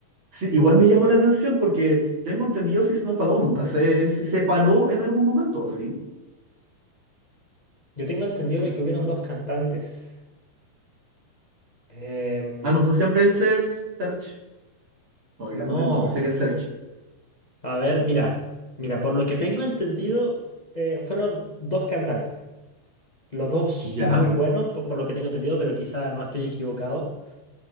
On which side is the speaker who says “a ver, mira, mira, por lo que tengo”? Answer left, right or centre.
Left